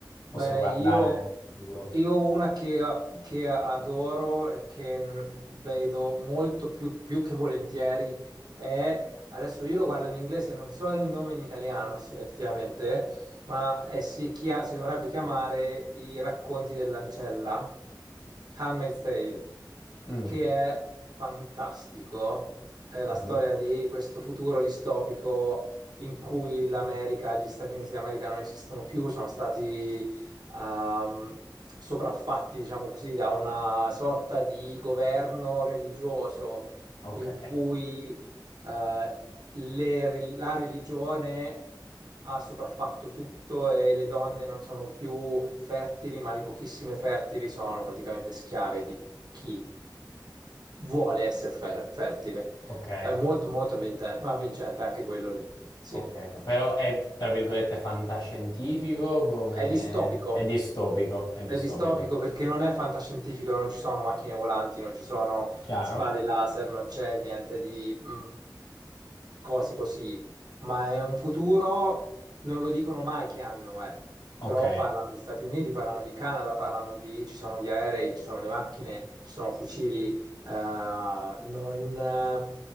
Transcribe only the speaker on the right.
Bene,
io,
io ho una che, che adoro e che vedo molto più, più che volentieri è, adesso io lo guardo in inglese, non so il nome in italiano es- effettivamente, ma eh, si, chia- si dovrebbe chiamare I racconti dell'ancella, Handmaid's Tale
che è fantastico. È la
storia di questo futuro distopico in cui l'America, gli Stati Uniti d'America non esistono più, sono stati ehm, sopraffatti, diciamo così, da una sorta di governo religioso
in cui eh, le- la religione ha sopraffatto tutto e le donne non sono più fertili, ma le pochissime fertili sono praticamente schiave di chi vuole essere fer- fertile.
È molto, molto avvinta- ma vincente anche quello lì. Sì.
È distopico.
È distopico perché non è fantascientifico, non ci sono macchine volanti, non ci sono
spade laser, non c'è niente di mm, cose così, ma è un futuro, non lo dicono mai che anno è,
però parlano di Stati Uniti, parlano di Canada, parlano di, ci sono gli aerei, ci sono le macchine, ci sono fucili, eh, non, eh,